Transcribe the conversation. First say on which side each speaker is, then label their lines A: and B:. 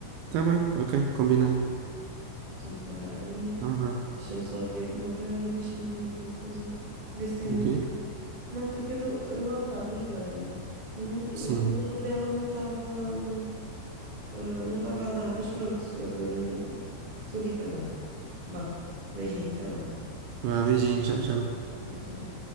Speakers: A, on the right (about 80°); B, on the right (about 40°).
A: Tá bem, ok, combinado.
B: Então, espera aí,
A: Então vá.
B: deixa-me só ver. Não, espera aí, deixa-me ver aqui uma coisa, ver se tenho
A: Ok?
B: o número. Não, porque eu, tô, eu há bocado liguei-lhe e não, eu-
A: Sim.
B: o número dela não estava. hum, Ah, não estava a dar, mas pronto, estou a divagar. Vá, beijinho, até logo.
A: Vá, beijinho, tchau, tchau.
B: Tchau, até já.